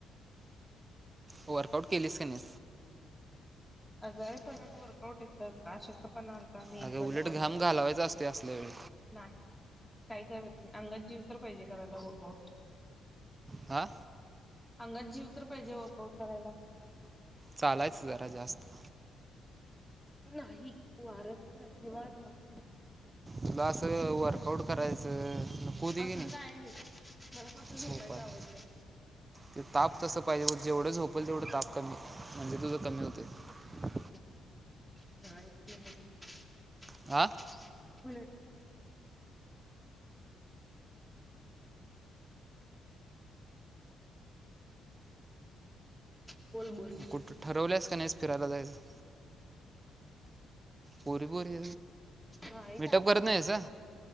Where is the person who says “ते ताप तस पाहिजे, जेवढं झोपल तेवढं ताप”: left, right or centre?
Right